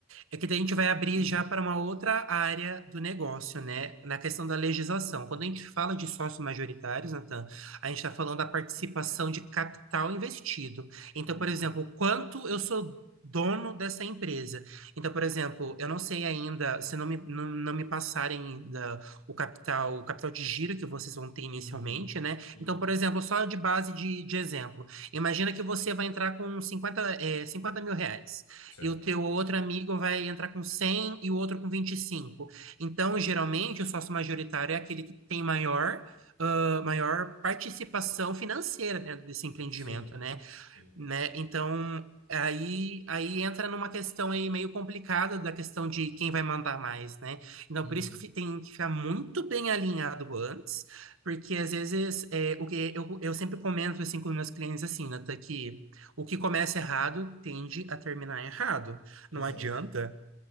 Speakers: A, on the right (about 70°); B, on the left (about 85°).
A: É que daí a gente vai abrir
B: <clears throat>
A: já para uma outra área do negócio, né? Na questão da legislação. Quando a gente fala de sócios majoritários, Natan, a gente está falando da participação de capital investido. Então,
B: Uhum,
A: por exemplo, quanto eu sou dono dessa empresa. Então, por exemplo, eu não sei ainda, se não me, não, não me passarem ainda o capital, o capital de giro que vocês vão ter inicialmente,
B: uhum,
A: né?
B: uhum.
A: Então,
B: uhum.
A: por exemplo, só de base de, de exemplo, imagina que você vai entrar com cinquenta eh, 50 mil reais
B: Certo.
A: e o teu outro amigo vai entrar com 100 e o outro com vinte e cinco Então, geralmente, o sócio majoritário é aquele que tem maior, ah, maior participação financeira dentro desse empreendimento,
B: Sim,
A: né?
B: sim.
A: né? Então, aí, aí entra numa questão aí meio complicada da questão de quem vai mandar mais, né? Então,
B: Uhum,
A: por isso que fi- tem que ficar muito bem alinhado antes, porque às vezes é, o que eu, eu sempre comento assim com meus clientes assim, Nata, que o que começa errado tende a terminar errado.
B: exato.
A: Não adianta